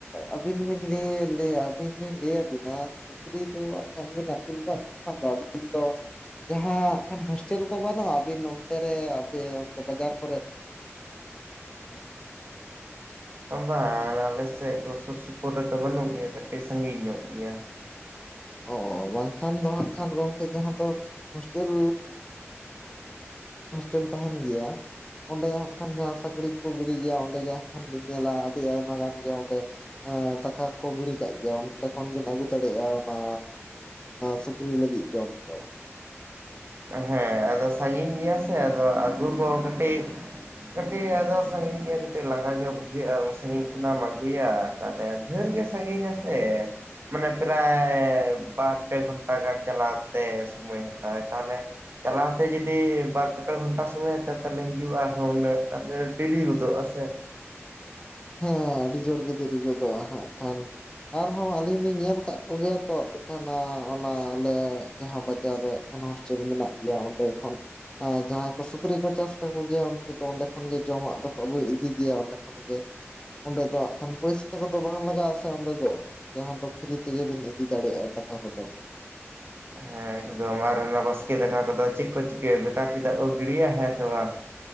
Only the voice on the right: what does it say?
ᱵᱟᱝ ᱟᱞᱮ ᱥᱮᱫ ᱫᱚ ᱥᱩᱨ ᱥᱩᱯᱩᱨ ᱨᱮᱫᱚ ᱵᱟᱹᱱᱩᱜ ᱜᱮᱭᱟ ᱠᱟᱹᱴᱤᱡ ᱥᱟᱺᱜᱤᱧ ᱧᱚᱜ ᱜᱮᱭᱟ ᱾
ᱦᱮᱸ ᱟᱫᱚ ᱥᱟᱜᱤᱧ ᱜᱮᱭᱟ ᱥᱮ ᱟᱫᱚ ᱟᱹᱜᱩ ᱠᱚ ᱠᱟᱹᱴᱤᱡ ᱠᱟᱹᱴᱤᱡ ᱟᱫᱚ ᱥᱟᱹᱝᱜᱤᱧ ᱜᱮᱭᱟ ᱠᱟᱹᱴᱤᱡ ᱞᱟᱸᱜᱟ ᱜᱮ ᱵᱩᱡᱷᱟᱹᱜᱼᱟ ᱩᱱ ᱥᱟᱹᱜᱤᱧ ᱠᱷᱚᱱᱟᱢ ᱟᱹᱜᱩᱭᱟ ᱾ ᱛᱟᱦᱚᱞᱮ ᱫᱷᱮᱨ ᱜᱮ ᱥᱟᱺᱜᱤᱧᱟ ᱥᱮ ᱢᱟᱱᱮ ᱯᱨᱟᱭ ᱵᱟᱨ ᱯᱮ ᱜᱷᱚᱱᱴᱟ ᱜᱟᱱ ᱪᱟᱞᱟᱣ ᱛᱮ ᱥᱩᱢᱟᱹᱭ ᱦᱟᱛᱟᱣᱟᱭ ᱾ ᱛᱟᱦᱞᱮ ᱪᱟᱞᱟᱣ ᱛᱮ ᱡᱩᱫᱤ ᱵᱟᱨ ᱯᱮ ᱜᱷᱚᱱᱴᱟ ᱥᱩᱢᱟᱹᱭ ᱦᱟᱛᱟᱣᱟᱭ ᱛᱟᱦᱞᱮ ᱦᱤᱡᱩᱜ ᱟᱨᱦᱚᱸ ᱩᱱᱟᱹᱜ ᱛᱟᱦᱮ ᱰᱤᱨᱤ ᱜᱚᱫᱚᱜ ᱟᱥᱮ
ᱦᱮᱸ ᱮᱠᱫᱚᱢ ᱟᱨ ᱚᱱᱟ ᱵᱟᱥᱠᱮ ᱫᱟᱠᱟ ᱠᱚᱫᱚ ᱪᱮᱫ ᱠᱚ ᱪᱤᱠᱟᱹᱭᱟ ᱵᱮᱠᱟᱨ ᱪᱮᱫᱟᱜ ᱠᱚ ᱜᱤᱲᱤᱭᱟ ᱦᱮᱸ ᱥᱮ ᱵᱟᱝ?